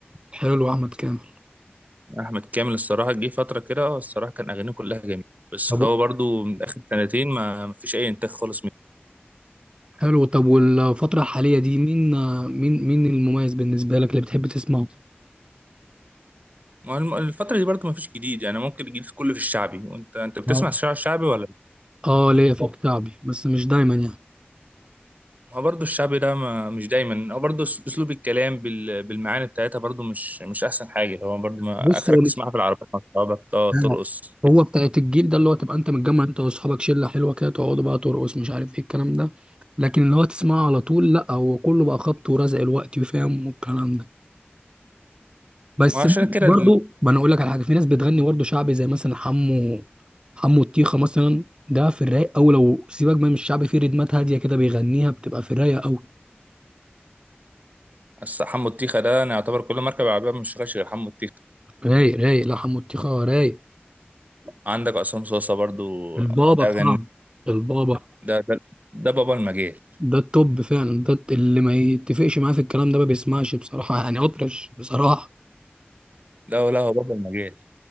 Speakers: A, on the right (about 25°); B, on the right (about 40°).
A: حلو أحمد كامل
B: احمد كامل الصراحه جه فتره كده اه الصراحه كان اغانيه كلها جميله بس
A: طب
B: هو برضو من اخر سنتين ما ما فيش اي انتاج خالص منه
A: حلو طب والفترة الحالية دي مين مين مين المميز بالنسبة لك اللي بتحب تسمعه؟
B: ما هو الم- الفتره دي برضو ما فيش جديد يعني ممكن الجديد كله في الشعبي وانت انت بتسمع
A: آه.
B: الشعب الشعبي ولا لا؟
A: اه ليا في الشعبي بس مش دايما يعني
B: ما هو برضو الشعبي ده ما مش دايما هو برضو أس- اسلوب الكلام بال... بالمعاني بتاعتها برضو مش مش احسن حاجه هو برضو ما
A: بص
B: اخرك
A: هو مش
B: تسمعها في العربية مع اصحابك اه ترقص
A: آه. هو
B: كده.
A: بتاعت الجيل ده اللي هو تبقى انت متجمع انت واصحابك شلة حلوة كده تقعدوا بقى ترقص مش عارف ايه الكلام ده لكن اللي هو تسمعه على طول لا هو كله بقى خبط ورزق الوقت وفاهم والكلام ده بس
B: ما هو عشان كده
A: برضو
B: ال-
A: ما انا اقول لك على حاجة في ناس بتغني برضو شعبي زي مثلا حمو حمو الطيخة مثلا ده في الرايق او لو سيبك بقى من الشعبي في ريتمات هادية كده بيغنيها بتبقى في الرايق
B: الس- حمو الطيخه ده انا يعتبر كل مركب عربيه مش شغال غير حمو الطيخه
A: رايق رايق لا حموتيخة رايق
B: عندك عصام صاصه برضو
A: البابا
B: اغاني
A: بتاعنا البابا
B: ده ده ده بابا المجال
A: ده التوب فعلا ده اللي ما يتفقش معاه في الكلام ده ما بيسمعش بصراحة يعني أطرش بصراحة
B: لا لا هو بابا المجال